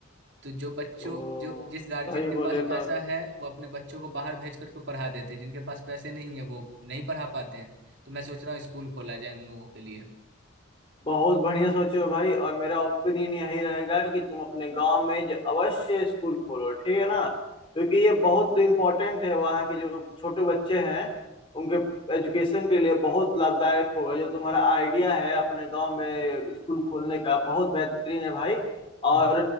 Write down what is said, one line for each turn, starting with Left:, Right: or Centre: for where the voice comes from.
Right: तो जो बच्चों
Left: तो
Right: जो जिस गार्जियन
Left: सही
Right: के
Left: बोले
Right: पास पैसा
Left: तब
Right: है वो अपने बच्चों को बाहर भेज करके पढ़ा देते हैं जिनके पास पैसे नहीं है वो नहीं पढ़ा पाते हैं तो मैं सोच रहा हूँ स्कूल खोला जाए उन लोगों के लिए
Left: बहुत बढ़िया सोचे हो भाई और मेरा ओपिनियन यही रहेगा कि तुम अपने गांव में ज- अवश्य स्कूल खोलो ठीक है ना क्योंकि ये बहुत इम्पोर्टेंट है वहाँ के जो छोटे बच्चे हैं उनके एजुकेशन के लिए बहुत लाभदायक होगा जो तुम्हारा आइडिया है अपने गांव में स्कूल खोलने का बहुत बेहतरीन है भाई और
Right: हम्म